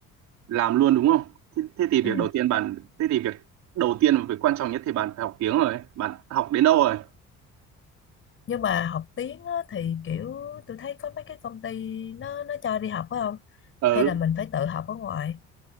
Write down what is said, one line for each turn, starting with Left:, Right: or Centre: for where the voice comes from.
Right: làm luôn đúng không thế, thế thì việc
Left: Ừ.
Right: đầu tiên bạn thế thì việc đầu tiên và việc quan trọng nhất thì bạn phải học tiếng rồi bạn học đến đâu rồi
Left: Nhưng mà học tiếng á, thì kiểu tôi thấy có mấy cái công ty nó nó cho đi học phải không?
Right: ừ
Left: Hay là mình phải tự học ở ngoài?